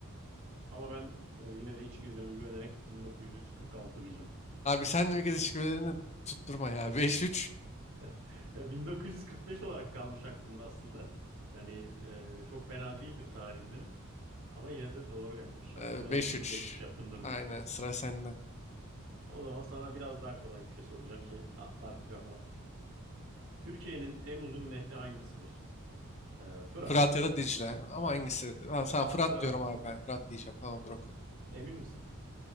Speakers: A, on the right; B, on the left.
A: ama ben e, yine de içgüdülerime güvenerek 1946 diyeceğim.
B: Abi sen de bir kez işbirlerini tutturma ya. 5-3.
A: <laughs> Ya 1945 olarak kalmış aklımda aslında. Yani e, çok fena değildir tarihim benim. Ama yine de doğru gelmiş. Aklıma
B: Ee, 5-3.
A: 2, beş üç yaptım
B: <laughs>
A: durumu.
B: Aynen sıra sende.
A: O zaman sana biraz daha kolay bir şey soracağım ki a, farkı kapa. Türkiye'nin en uzun nehri hangisidir? Ee, Fırat.
B: Fırat ya da Dicle. Ama hangisi? Ha, sen
A: A.
B: Fırat
A: Fırat.
B: diyorum abi ben. Fırat diyeceğim. Tamamdır oku.
A: Emin misin?